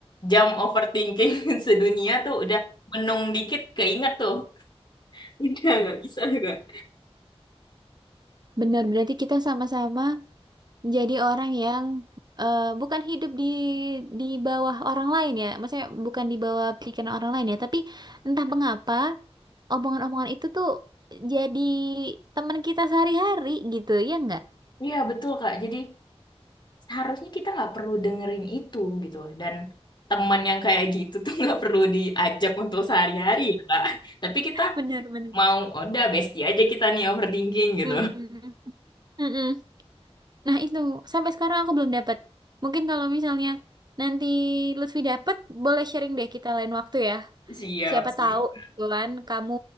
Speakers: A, on the left; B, on the right.
A: jam overthinking <laughs> sedunia tuh udah menung dikit keinget tuh. <laughs> Udah nggak bisa Kak.
B: Bener berarti kita sama-sama menjadi orang yang eh, bukan hidup di di bawah orang lain ya. Maksudnya bukan di bawah pikiran orang lain ya, tapi entah mengapa omongan-omongan itu tuh jadi teman kita sehari-hari gitu ya nggak?
A: Iya betul Kak. Jadi harusnya kita nggak perlu dengerin itu gitu. Dan teman yang kayak gitu tuh <laughs> nggak perlu diajak untuk sehari-hari ya Kak. Tapi kita
B: Bener, bener.
A: Mau "Oh, udah bestie aja kita nih overthinking gitu.
B: Hmm. Mm-mm. Nah itu sampai sekarang aku belum dapat. Mungkin kalau misalnya nanti Lutfi dapat, boleh sharing deh kita lain waktu ya.
A: <laughs> Siap,
B: Siapa
A: siap.
B: tahu gitu kan kamu